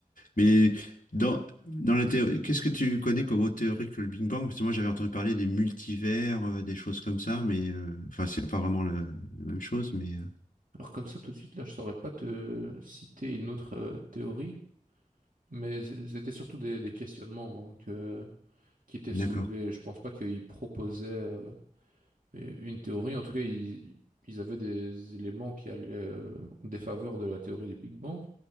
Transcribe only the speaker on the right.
Alors comme ça, tout de suite, là, je saurais pas te citer une autre euh, théorie. Mais c- c'était surtout des, des questionnements hein, que, qui étaient
soulevés. Je pense pas qu'ils proposaient euh, une théorie. En tout cas, ils, ils avaient des éléments qui allaient euh, en défaveur de la théorie du Big Bang,